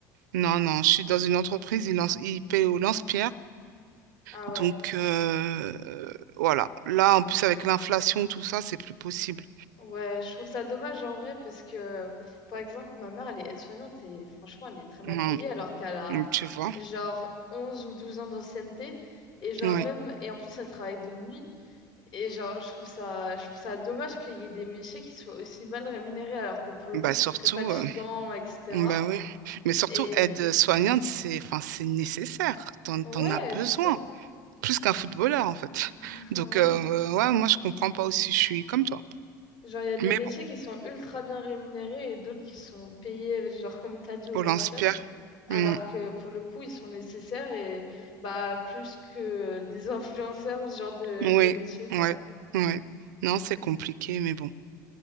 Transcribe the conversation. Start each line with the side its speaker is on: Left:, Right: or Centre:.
Right: Non, non, je suis dans une entreprise, ils, lance, ils payent au lance-pierre.
Left: Ah
Right: Donc,
Left: ouais.
Right: euh, voilà. Là, en plus, avec l'inflation, tout ça, c'est plus possible.
Left: Ouais, je trouve ça dommage en vrai parce que, par exemple, ma mère, elle est aide-soignante et franchement, elle est très mal
Right: Mhm.
Left: payée alors qu'elle a,
Right: Donc, Tu vois?
Left: genre 11 ou 12 ans d'ancienneté et genre
Right: Oui.
Left: même et en plus elle travaille de nuit et genre je trouve ça je trouve ça dommage qu'il y ait des métiers qui soient aussi mal rémunérés alors que pour le
Right: Bah,
Left: coup c'est
Right: surtout,
Left: très fatigant
Right: euh,
Left: etc.
Right: bah oui. Mais surtout,
Left: et
Right: aide soignante, c'est, enfin, c'est nécessaire. T'en,
Left: ouais
Right: t'en as besoin.
Left: c'est ça
Right: plus qu'un footballeur en fait.
Left: <laughs>
Right: Donc
Left: ouais
Right: euh, ouais, moi je comprends pas aussi, je suis comme toi.
Left: genre il y a des
Right: Mais
Left: métiers
Right: bon,
Left: qui sont ultra bien rémunérés et d'autres qui sont payés genre comme t'as dit au
Right: on
Left: lance-pierre
Right: l'inspire.
Left: alors
Right: Mm.
Left: que pour le coup ils sont nécessaires et bah plus que des influenceurs ou ce genre de,
Right: Oui,
Left: de métier quoi
Right: ouais, ouais. Non, c'est compliqué, mais bon.